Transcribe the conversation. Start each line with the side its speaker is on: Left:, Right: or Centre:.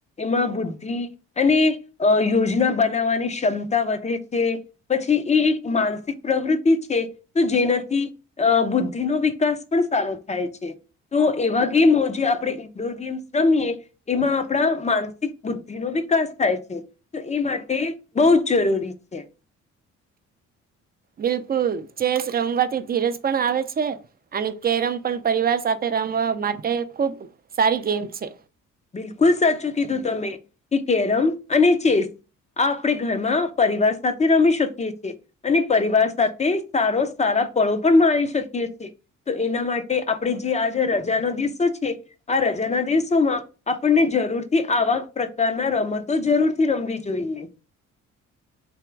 Left: એમાં બુદ્ધિ અને યોજના બનાવવાની ક્ષમતા વધે છે, પછી એ એક માનસિક પ્રવૃત્તિ છે, તો જેનાથી બુદ્ધિનોો વિકાસ પણ સારો થાય છે, તો એવા ગેમો જે આપણે ઈન્ડોર ગેમ્સ રમીએ એમાં આપણા માનસિક બુદ્ધિ નો વિકાસ થાય છે, તો એ માટે <unintelligible> જ જરૂરી છે.
Right: બિલકુલ ચેસ રમવાથી ધીરજ પણ આવે છે, અને કેરમ પણ પરિવાર સાથે રમવા માટે ખુબ સારી ગેમ છે.
Left: બિલકુલ સાચું કીધું તમે કે કેરમ અને ચેસ આ આપણે ઘરમાં પરિવાર સાથે રમી શકીએ છીએ અને પરિવાર સાથે સારો સારા પળો પણ મારી શકીએ છીએ. તો એના માટે આપણે જે આજે રજાનો દિવસો છે, આ રજાના દિવસોમાં આપણને જરૂરથી આવા પ્રકારના રમતો જરૂરથી રમવી જોઈએ.